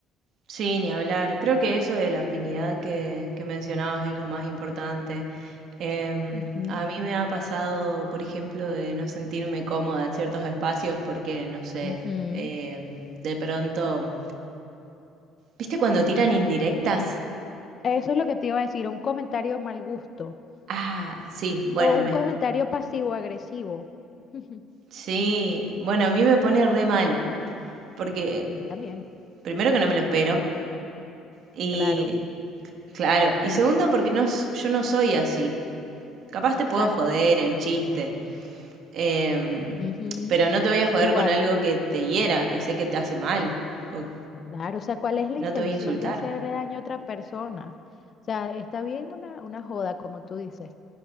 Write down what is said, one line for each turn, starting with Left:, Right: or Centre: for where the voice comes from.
Right: Sí, ni hablar. Creo que eso de la afinidad que, que mencionabas es lo más importante. Em,
Left: Ujú,
Right: a mí me ha pasado, por ejemplo, de no sentirme cómoda en ciertos espacios porque, no sé,
Left: ujú.
Right: em, de pronto, ¿viste cuando tiran indirectas?
Left: Eso es lo que te iba a decir, un comentario mal gusto
Right: Ah, sí, bueno,
Left: o
Right: me,
Left: un comentario pasivo-agresivo. <laughs>
Right: sí, bueno, a mí me pone re mal porque,
Left: A mí también,
Right: primero que no me lo espero y,
Left: claro,
Right: claro, y segundo porque no, s- yo no soy así. Capaz
Left: exacto.
Right: te puedo joder en chiste. Em,
Left: Ujú.
Right: pero no te voy a joder
Left: Igual,
Right: con algo que te hiera, que sé que te hace mal, o
Left: claro, o sea, ¿cuál es la
Right: no
Left: intención
Right: te voy a insultar.
Left: de hacerle daño a otra persona? O sea, está bien una, una joda, como tú dices.